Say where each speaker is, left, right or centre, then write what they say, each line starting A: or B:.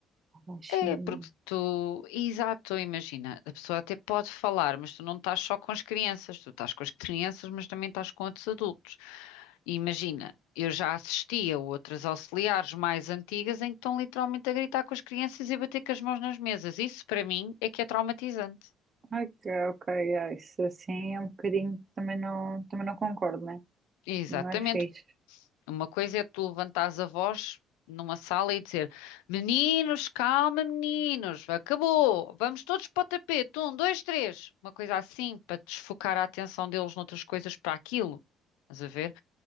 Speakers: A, on the right; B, on the left.
A: falar baixinho.
B: é porque tu, exato, imagina, a pessoa até pode falar, mas tu não estás só com as crianças, tu estás com as crianças, mas também estás com outros adultos. Imagina, eu já assisti a outras auxiliares mais antigas em que estão literalmente a gritar com as crianças e a bater com as mãos nas mesas. Isso, para mim, é que é traumatizante.
A: Ai, que- ok, é, isso assim é um bocadinho, também não, também não concordo, né?
B: Exatamente.
A: Mas não é fixe.
B: Uma coisa é tu levantares a voz numa sala e dizer: Meninos, calma, meninos, acabou, vamos todos para o tapete, um, dois, três. Uma coisa assim, para desfocar a atenção deles noutras coisas para aquilo. Estás a ver?